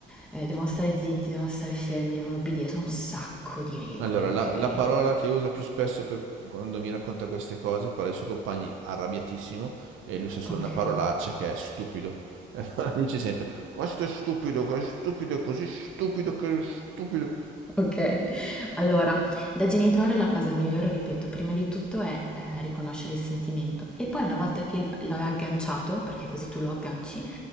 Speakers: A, in the centre; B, on the right.
A: eh, devono stare zitti, devono stare fermi, devono obbedire, sono un sacco di regole,
B: Allora,
A: ok?
B: la, la parola che usa più spesso per- quando mi racconta queste cose, parla dei suoi compagni arrabbiatissimo e lui usa solo
A: Ok.
B: una parolaccia che è stupido. <laughs> E allora dice sempre, questo è stupido, questo è stupido, è così stupido che è stupido.
A: Okay. Allora, da genitore la cosa migliore, ripeto, prima di tutto è, ehm, riconoscere il sentimento e poi una volta che il l'hai agganciato, perché così tu lo agganci,